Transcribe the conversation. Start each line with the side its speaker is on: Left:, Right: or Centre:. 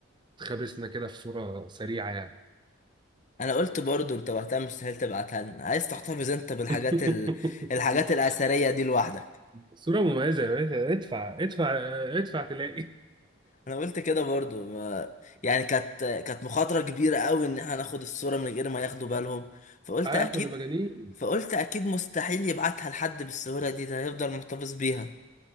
Right: واتخابسنا كده في صوره سريعه يعني
Left: انا قلت برضو انت وقتها مستحيل تبعتها لنا عايز تحتفظ انت بالحاجات
Right: <laughs>
Left: ال... الحاجات الاثريه دي لوحدك
Right: صوره مميزه يا باشا ادفع ادفع ادفع تلاقي
Left: انا قلت كده برضو ما... يعني كانت كانت مخاطره كبيره قوي ان احنا ناخد الصوره من غير ما ياخدوا بالهم
Right: <laughs>
Left: فقلت
Right: اه
Left: اكيد
Right: كنا مجانين
Left: فقلت اكيد مستحيل يبعتها لحد بالصوره دي ده هيفضل محتفظ بيها